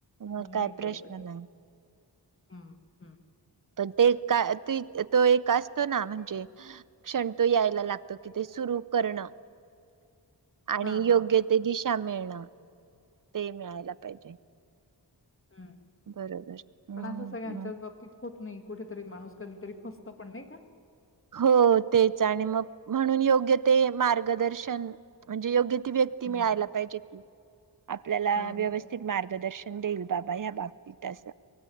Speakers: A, on the right; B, on the left.
A: मग काय
B: नाही काही
A: प्रश्न
B: वाटत.
A: नाही
B: हम्म हम्म.
A: पण ते का त तो एक असतो ना म्हणजे, क्षण तो यायला लागतो, की ते सुरू करणं आणि
B: हां, हां.
A: योग्य ते दिश शा मिळणं ते मिळायला पाहिजे.
B: हम्म,
A: बरोबर हम्म
B: पण असं सगळ्यांच्याच
A: हम्म.
B: बाबतीत होत नाही. कुठेतरी माणूस कधीतरी फसतो पण नाही का?
A: हो तेच आणि मग म्हणून योग्य ते मार्गदर्शन म्हणजे योग्य ती व्यक्ती
B: हम्म.
A: मिळायला पाहिजे की, आपल्याला
B: हो
A: व्यवस्थित
B: ना.
A: मार्गदर्शन देईल बाबा याबाबतीत असं.